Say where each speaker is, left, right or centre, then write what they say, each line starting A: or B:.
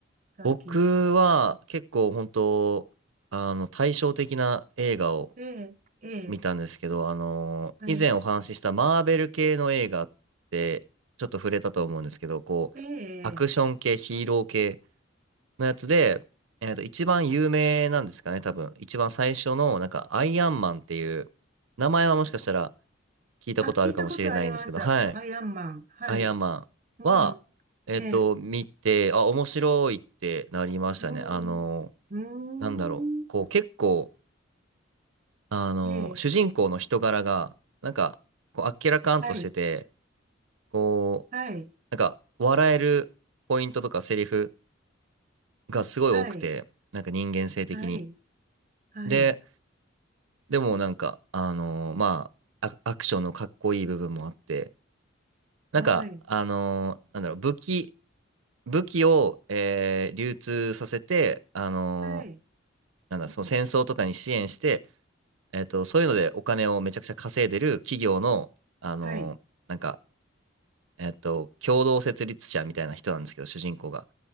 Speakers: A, on the right (about 40°); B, on the right (about 85°).
A: 最近。
B: 僕は、結構、本当あの、対照的な映画を
A: ええ。ええ。
B: 見たんですけど、あのー以前お話ししたマーベル系の映画って、
A: はい。
B: ちょっと触れたと思うんですけど、こう、
A: ええ。
B: アクション系、ヒーロー系、のやつで、えっと、一番有名なんですかね、多分。一番最初の、なんか、アイアンマンっていう、名前はもしかしたら聞いたことあるかもしれないんですけど、
A: あ、聞いたことあります。
B: はい。
A: アイアンマン。はい。
B: アイアンマンは、
A: うん。
B: えっと、
A: ええ。
B: 見て、あ、面白いってなりましたね。
A: うん。
B: あの、
A: うーん。
B: なんだろう。こう、結構、あの、
A: ええ。
B: 主人公の人柄が、なんか、こう、あっけらかんとしてて、
A: はい。
B: こう、
A: はい、
B: なんか、笑えるポイントとかセリフがすごい多くて、
A: はい、
B: なんか人間性的に。
A: はい、はい、
B: ででもなんか、あのーまあ、アアクションのかっこいい部分もあって、なんか、
A: はい、
B: あのーなんだろう、武器、武器を、えー流通させて、あの
A: はい、
B: ーなんだ、その戦争とかに支援して、えっと、そういうのでお金をめちゃくちゃ稼いでる企業の、あのーなんか、
A: はい、
B: えっと、共同設立者みたいな人なんですけど、主人公が。